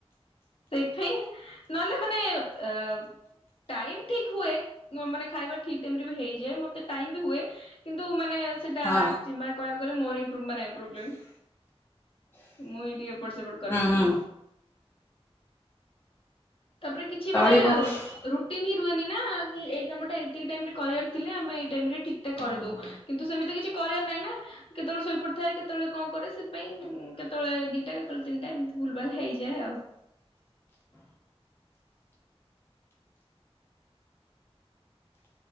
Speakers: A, on the left (about 60°); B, on the left (about 20°).
A: ସେଇପାଇଁ ନହେଲେ ମାନେ ଆ ଟାଇମ୍ ଠିକ୍‌ ହୁଏ। ମାନେ ଖାଇବା ଠିକ୍‌ ଟାଇମ୍ ରେ ବି ହେଇଯାଏ ମତେ ଟାଇମ୍ ବି ହୁଏ। କିନ୍ତୁ ମାନେ ସେଟା
B: ହଁ
A: ଆଚ୍‌ କହିବାକୁ ଗଲେ ମୋରବ୍ ମୁଁ ଏଇ ଟିକେ ସେପଟ କରିକି
B: ହୁଁ ହୁଁ
A: <inaudible> ତାପରେ କିଛି
B: ଚଳିବ।
A: ମାନେ
B: ହୁଁ
A: ରୁଟିନି ରୁହନି ନା କି ଏଇ କାମ ଟା ଏତିକି ଟାଇମରେ କରିବାର ଥିଲେ ଆମେ ଏଇ ଟାଇମ ରେ ଠିକ୍‌ ଟା କରିଦଉ
B: ହୁଁ
A: କିନ୍ତୁ ସେମିତି କିଛି କରିବାର ନାହିଁ ନା କେତେବେଳେ ଶୋଇ ପଡିଥାଏ କେତେବେଳେ କଣ କରେ ସେଥିପାଇଁ କେତେବେଳେ ଦିଟା କେତେବେଳେ ତିନିଟା ଏମିତି ଭୁଲଭାଲ ହେଇଯାଏ ଆଉ <inaudible>